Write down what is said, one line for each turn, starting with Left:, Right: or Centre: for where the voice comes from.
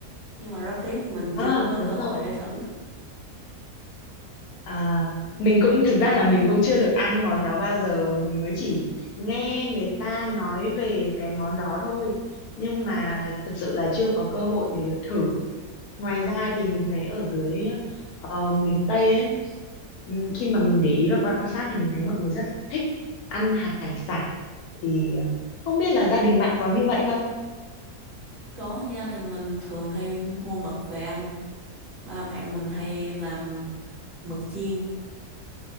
Right: nhưng mà rất tiếc mình
Left: À,
Right: chưa có
Left: đúng
Right: cơ hội
Left: rồi.
Right: để thử
Left: À, mình cũng thực ra là mình cũng chưa được ăn món đó bao giờ mình mới chỉ nghe người ta nói về cái món đó thôi nhưng mà thực sự là chưa có cơ hội để được thử ngoài ra thì mình thấy ở dưới ờ, miền Tây ấy ừm, khi mà mình để ý và quan sát thì mình thấy mọi người rất thích ăn hải sản thì ờ, không biết là gia đình bạn có như vậy không?
Right: có gia đình mình thường hay mua mực về ăn ba mẹ mình hay làm mực chiên